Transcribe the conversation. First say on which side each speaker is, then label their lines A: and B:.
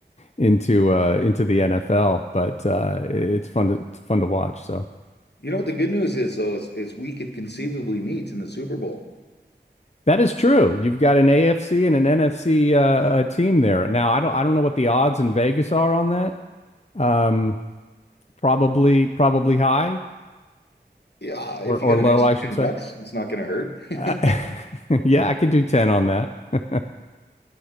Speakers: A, on the left (about 35°); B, on the left (about 65°).
A: into uh into the NFL. But uh, it's fun to it's fun to watch. So
B: You know what the good news is though is, is we could conceivably meet in the Super Bowl.
A: that is true. You've got an AFC and an NFC uh, a team there. Now, I don't I don't know what the odds in Vegas are on that. Um, probably probably high
B: Yeah,
A: or
B: if
A: or
B: you got
A: low,
B: an extra
A: I should
B: 10
A: say.
B: bucks, it's not going to hurt.
A: Uh, <laughs>
B: <laughs>
A: yeah, I could do 10 on that. <laughs>